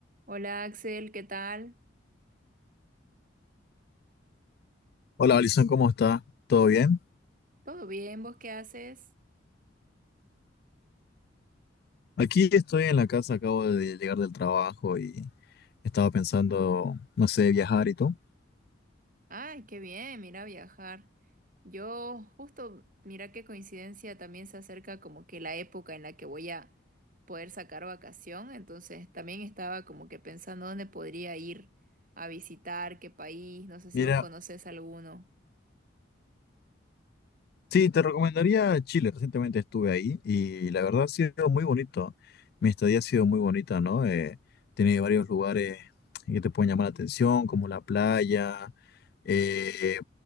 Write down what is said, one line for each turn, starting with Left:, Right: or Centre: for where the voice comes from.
Right: Hola Axel, ¿qué tal?
Left: Hola, Alison, ¿cómo está? ¿Todo bien?
Right: ¿Todo bien? ¿Vos qué haces?
Left: Aquí estoy en la casa, acabo de llegar del trabajo y estaba pensando, no sé, viajar y todo.
Right: Ay, qué bien, mira viajar. Yo justo, mira qué coincidencia, también se acerca como que la época en la que voy a poder sacar vacación, entonces también estaba como que pensando dónde podría ir a visitar, qué país, no sé si
Left: Mira,
Right: vos conocés alguno.
Left: sí, te recomendaría Chile. Recientemente estuve ahí y la verdad ha sido muy bonito. Mi estadía ha sido muy bonita, ¿no? Eh, tiene varios lugares que te pueden llamar la atención, como la playa. Eh,